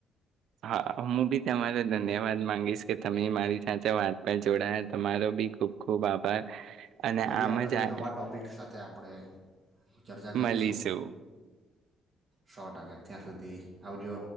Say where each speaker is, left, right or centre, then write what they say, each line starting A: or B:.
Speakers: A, on the right; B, on the right.
A: હા હું બી તમારે ધન્યવાદ માંગીશ કે તમે મારી સાથે વાત પર જોડાયા તમારો બી ખૂબ ખૂબ આભાર
B: અને ફરી
A: આમ
B: આપણે કોઈ
A: જ આ
B: નવા ટોપિક સાથે આપણે ચર્ચા કરીશું
A: મળીશું.
B: સો ટકા ત્યાં સુધી આવજો